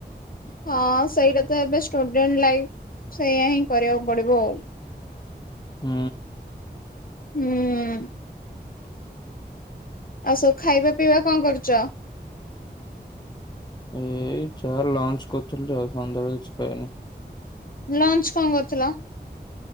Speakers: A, on the left; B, on the left.
A: ହଁ ସେଇଟା ତ ଏବେ ଷ୍ଟୁଡେଣ୍ଟ ଲାଇଫ ସେଇଆ ହିଁ କରିବାକୁ ପଡିବ ଆଉ।
B: ହୁଁ।
A: ହୁଁ। ଆଉ ସବୁ ଖାଇବା ପିଇବା କଣ କରୁଚ?
B: ଏଇ ଯାହା ଲଞ୍ଚ କରିଥିଲି ତ ଆଉ ସନ୍ଧ୍ୟାବେଳେ କିଛି ଖାଇନି।
A: ଲଞ୍ଚ୍ କଣ କରିଥିଲ?